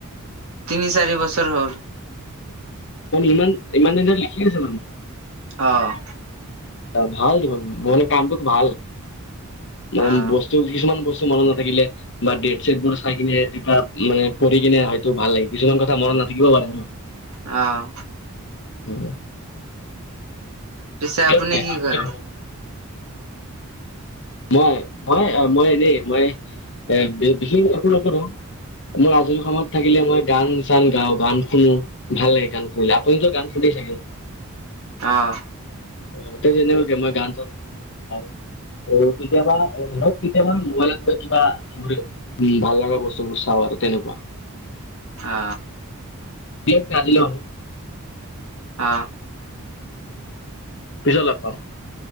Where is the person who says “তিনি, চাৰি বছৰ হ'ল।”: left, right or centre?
Right